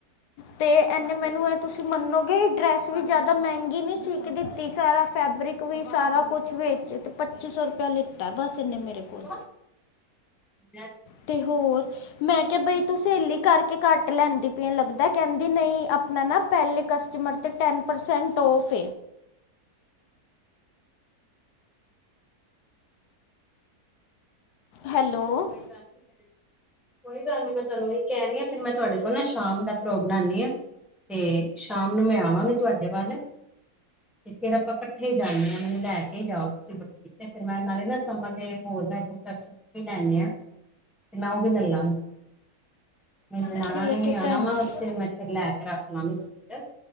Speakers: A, on the left; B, in the centre.
A: ਤੇ ਇਹਨੇ ਮੈਨੂੰ ਇਹ ਤੁਸੀਂ ਮੰਨੋਗੇ ਡਰੈਸ ਵੀ ਜਿਆਦਾ ਮਹਿੰਗੀ ਨੀ ਸੀਕ ਦਿੱਤੀ। ਸਾਰਾ ਫੈਬਰਿਕ ਵੀ ਸਾਰਾ ਕੁਛ ਵ ਤੇ ਪੱਚੀ ਸੌ ਰੁਪਆ ਲਿੱਤਾ। ਬਸ ਇਹਨੇ ਮੈਨੂੰ ਕੋਲ
B: ਬਸ ਮੈਂ
A: ਤੇ ਹੋਰ ਮੈਂ ਕਿਹਾ, ਬਈ ਤੂੰ ਸਹੇਲੀ ਕਰਕੇ ਘੱਟ ਲੈਂਦੀ ਪੀ ਲੱਗਦਾ ਕਹਿੰਦੀ ਨਹੀਂ, ਆਪਣਾ ਨਾ ਪਹਿਲੇ ਕਸਟਮਰ ਤੇ ਟੈਨ ਪਰਸੈਂਟ ਫ ਹੈਲੋ
B: ਚਲੋ, ਕੋਈ ਗੱਲ ਨੀ ਹੈ। ਕੋਈ ਗੱਲ ਨੀ। ਮੈਂ ਚਲੋ ਕਹਿ ਰਹੀ ਫਿਰ ਮੈਂ ਤੁਹਾਡੇ ਕੋਲ ਨਾ ਸ਼ਾਮ ਦਾ ਪ੍ਰੋਗ ਬਣਾਉਂਦੀ ਹਾਂ। ਤੇ ਸ਼ਾਮ ਨੂੰ ਮੈਂ ਆਵਾਂਗੀ। ਤੁਹਾਡੇ ਵੱਲ ਤੇ ਫੇਰ ਆਪਾਂ ਇਕੱਠੇ ਜਾਂਦੇ ਹਾਂ ਮੈਨੂੰ ਲੈ ਕੇ ਜਾਓ। ਤੁਸੀਂ ਵ ਤ ਮੈਂ ਨਾਲ -ਨਾਲ ਸਬ ਦੇ ਹੈ। ਹੋਦਾ ਬਤਸ <unintelligible> ਵੀ ਲੈਣੇ ਆ। ਤੇ ਮੈਂ ਉਹ ਵੀ ਲੈ ਲਾਂਗੀ। ਨਨਣਾ
A: ਠੀਕ
B: ਨੇ ਵੀ
A: ਹੈ
B: ਆਣਾ।
A: ਭੈਣ
B: ਉਹਨਾਂ ਦੇ ਵਾਸਤੇ
A: ਜੀ
B: ਮੇ ਰੱਖ ਲੈਂਵਾ ਸੂਟ ਤੇ ਅਣ ਸੀਟੀਚ ਸੂਟ